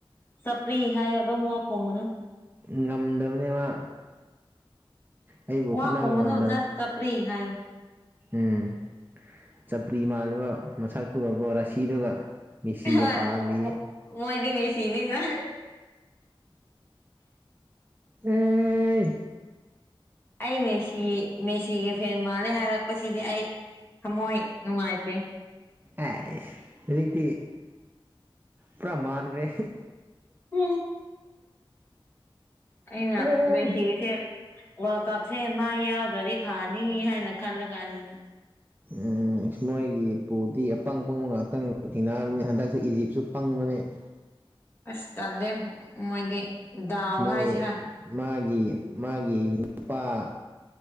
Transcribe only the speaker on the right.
ꯉꯝꯗꯝꯅꯦ ꯃꯥ ꯑꯩꯕꯨ ꯈꯠꯅꯕ
ꯉꯝꯗꯕꯅꯦ
ꯎꯝ ꯆꯄ꯭ꯔꯤ ꯃꯥꯜꯂꯕ ꯃꯁꯛꯇꯨꯒꯀꯣ ꯔꯥꯁꯤꯗꯨꯒ ꯃꯦꯁꯤꯒ
ꯄꯥꯝꯂꯤꯌꯦ
ꯑꯦ
ꯑꯦ ꯍꯧꯔꯤꯛꯇꯤ ꯄꯨꯔꯥ ꯃꯥꯟꯒ꯭ꯔꯦ
ꯑꯦ
ꯎꯝ ꯃꯣꯏꯒꯤ ꯄꯨꯗꯤ ꯑꯄꯪ ꯄꯪꯕ ꯉꯥꯛꯇꯪ ꯊꯦꯡꯅꯍꯟꯕꯅꯤ ꯍꯟꯗꯛꯁꯨ ꯏꯖꯤꯞꯁꯨ ꯄꯪꯕ ꯇ <unintelligible>
ꯃꯣꯏ
ꯃꯥꯒꯤ ꯃꯥꯒꯤ ꯅꯨꯄꯥ